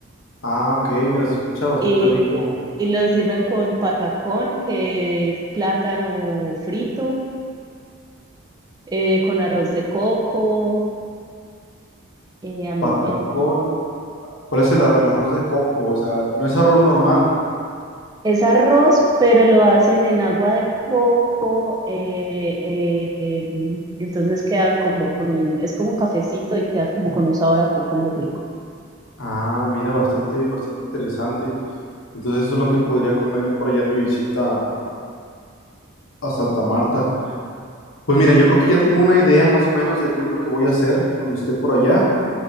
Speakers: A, on the left (about 75°); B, on the right (about 20°).
A: Ah, ok, mira, se escucha bastante
B: Y,
A: rico.
B: y lo sirven con patacón, que es plátano frito, eh, con arroz de coco. eh, a mí
A: Patacón.
B: ent-
A: ¿Cuál es el, a- el arroz de coco? O sea, no es arroz normal.
B: es arroz, pero lo hacen en agua de coco. eh, eh, mm, entonces queda como con un, es como cafecito y queda como con un sabor a coco muy rico.
A: Ah, mira, bastante, bastante interesante. Entonces eso es lo que podría comer por allá en mi visita a Santa Marta. Pues mira, yo creo que ya tengo una idea más o menos de qué es lo que voy a hacer cuando esté por allá.